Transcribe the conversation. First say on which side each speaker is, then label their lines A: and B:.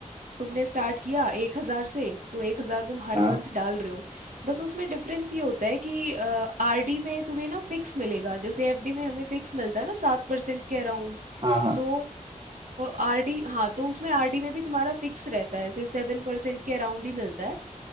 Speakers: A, on the right; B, on the right.
A: तुमने स्टार्ट किया एक हजार से तो एक हजार तुम हर
B: हाँ
A: मंथ डाल रहे हो बस उसमें डिफरेंस ये होता है कि आरडी में तुम्हें ना फिक्स मिलेगा जैसे एफडी में हमें फिक्स मिलता है ना सात परसेंट के अराउंड
B: हाँ हाँ
A: तो आरडी हाँ तो उसमें आरडी में भी तुम्हारा फिक्स रहता है ऐसे सेवन परसेंट के अराउंड ही मिलता है